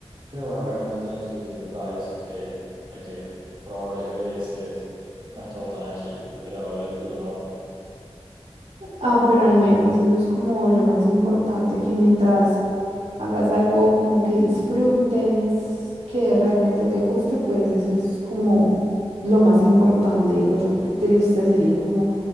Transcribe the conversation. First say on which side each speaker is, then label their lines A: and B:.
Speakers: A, on the right; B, on the right.
A: Pero bueno, obviamente tienen su dificultad. Hay veces que hay que probar varias veces. No es todo tan ágil, pero lo disfruto, me gusta.
B: Ah, pero al menos eso es como lo más importante, que mientras hagas algo como que disfrutes, que realmente te guste, pues eso es como lo más importante, digo yo. Qué triste sería como